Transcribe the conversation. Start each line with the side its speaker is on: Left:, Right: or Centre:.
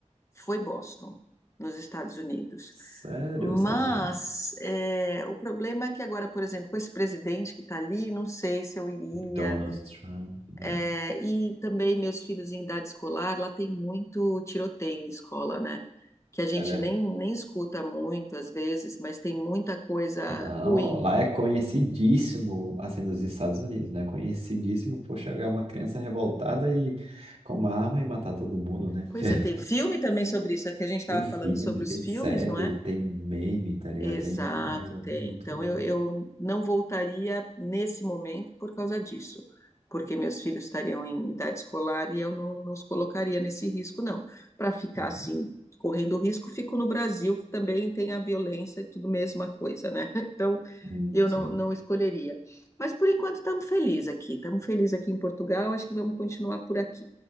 Left: foi Boston, nos Estados Unidos.
Right: Sério,
Left: Mas
Right: os Estados Unidos.
Left: é, o problema é que agora, por exemplo, com esse presidente que está ali, não sei se eu iria.
Right: O Donald Trump, né?
Left: É, e também meus filhos em idade escolar, lá tem muito tiroteio em escola, né? Que a gente
Right: É verdade.
Left: nem, nem escuta muito às vezes, mas tem muita coisa
Right: Não,
Left: ruim.
Right: lá é conhecidíssimo, assim, nos Estados Unidos, né? Conhecidíssimo por chegar uma criança revoltada e com uma arma e matar todo mundo, né?
Left: Pois
Right: <laughs>
Left: é, tem filme também sobre isso, é que a gente estava
Right: Tem filme,
Left: falando sobre
Right: tem
Left: os filmes,
Right: série,
Left: não é?
Right: tem meme, tá ligado?
Left: Exato,
Right: Tem é,
Left: tem. Então
Right: tudo.
Left: eu, eu não voltaria nesse momento por causa disso, porque meus filhos estariam em idade escolar e eu não, não os colocaria nesse risco, não. Para ficar
Right: Uhum.
Left: assim, correndo risco, fico no Brasil, que também tem a violência e tudo mesma coisa, né? <laughs> Então
Right: Hum.
Left: eu
Right: Sim,
Left: não, não escolheria. Mas por enquanto estamos felizes aqui, estamos felizes aqui em Portugal, acho que vamos continuar por aqui.